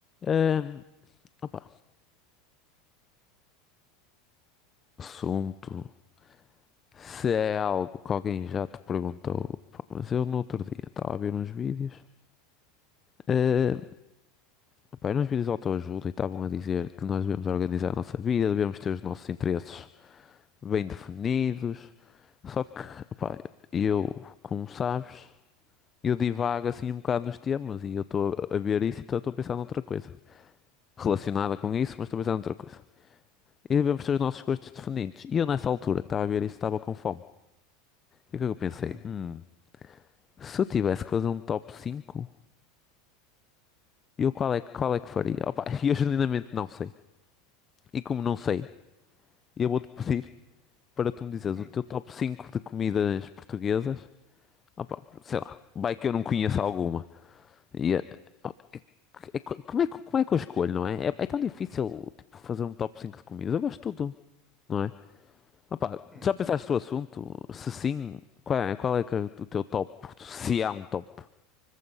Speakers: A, on the left; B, in the centre.
A: Ahm, opá, assunto. Se é algo que alguém já te perguntou, pá, mas eu no outro dia estava a ver uns vídeos, ahm, opá, eram uns vídeos de autoajuda e estavam a dizer que nós devemos organizar a nossa vida, devemos ter os nossos interesses bem definidos. Só que, opá, eu, como sabes, eu divago assim um bocado nos temas e eu estou a ver isso e estou a pensar noutra coisa relacionada
B: Sim.
A: com isso, mas estou a pensar noutra coisa. E devemos ter os nossos gostos definidos. E eu, nessa altura que estava a ver isso, estava com fome. E o que é que eu pensei?
B: Hum,
A: Hum. Se eu tivesse que fazer um top 5, eu qual é, que- qual é que faria? Opa, <laughs> eu genuinamente não sei. E como não sei, eu vou-te pedir para tu me dizeres
B: hum,
A: o teu top 5 de comidas portuguesas. Opa, sei lá, vai que eu não conheço alguma. E, eh, oh, é- é co- como é, que- como é que eu escolho, não é? É, é tão difícil, tipo, fazer um top 5 de comidas. Eu gosto de tudo, não é? Opa,
B: hum.
A: já pensaste no assunto? Se sim, qual é, qual é que é o teu top? Se há um top?